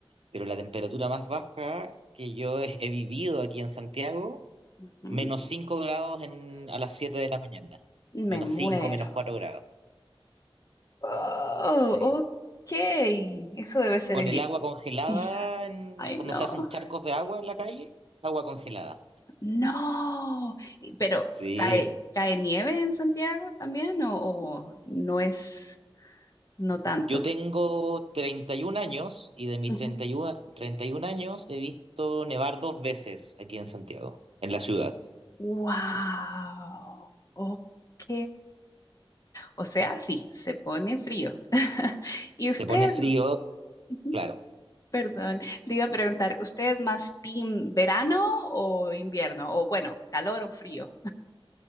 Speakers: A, on the right; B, on the left.
A: Pero la temperatura más baja que yo he, he vivido aquí en Santiago,
B: Ujú.
A: menos 5 grados en, a las 7 de la mañana. Menos
B: Me muero.
A: 5, menos 4 grados.
B: Oh,
A: Sí.
B: ok. Eso debe ser
A: Con
B: el...
A: el
B: i-
A: agua congelada,
B: i-
A: en-
B: Ay,
A: cuando
B: no.
A: se hacen charcos de agua en la calle, agua congelada.
B: No. Y- Pero,
A: Sí.
B: ¿cae, cae nieve en Santiago también o, o no es, no tanto?
A: Yo tengo 31 años y de mis
B: Ujú.
A: treinta treinta y uno treinta y 31 años he visto nevar dos veces aquí en Santiago, en la ciudad.
B: Wow. Ok. O sea, sí, se pone frío. <laughs> ¿Y ustedes?
A: Se pone frío,
B: Ujú.
A: claro,
B: Perdón, le iba a preguntar, ¿usted es más team verano o invierno? O bueno, calor o frío.